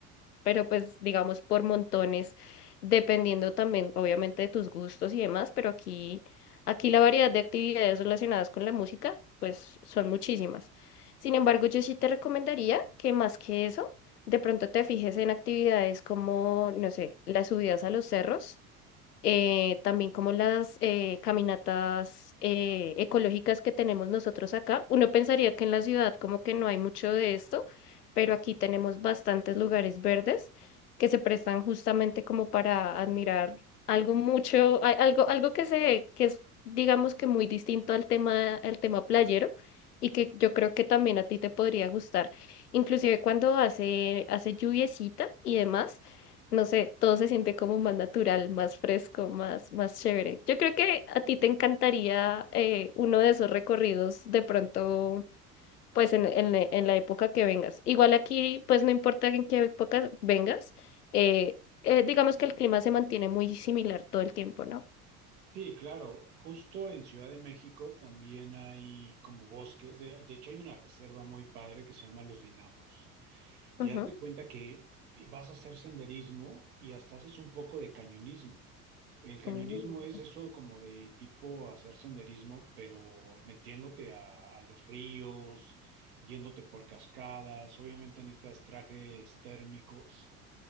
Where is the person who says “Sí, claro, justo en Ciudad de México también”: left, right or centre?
Right